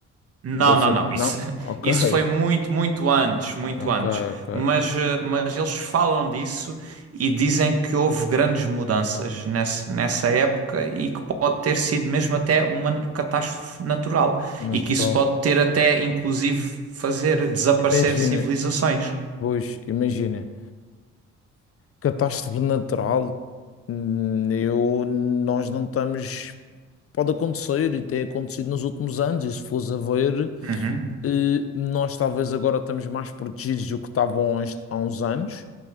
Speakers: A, on the right; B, on the left.
A: Não,
B: Deve
A: não,
B: ser.
A: não.
B: Não,
A: Isso, <laughs>
B: ok,
A: isso foi muito, muito antes, muito
B: ok,
A: antes.
B: ok.
A: Mas, eh, mas eles falam disso e dizem que houve grandes mudanças nessa, nessa época e que pode ter sido mesmo até uma catástrofe natural.
B: Natural.
A: E que isso pode ter até, inclusive, fazer desaparecer
B: Imagina,
A: civilizações.
B: pois, imagina, catástrofe natural, hum, eu, nós não estamos. Pode acontecer e tem acontecido nos últimos anos, e se fores a ver,
A: Uhum,
B: eh, nós talvez agora estamos mais protegidos do que estavam há uns há uns anos.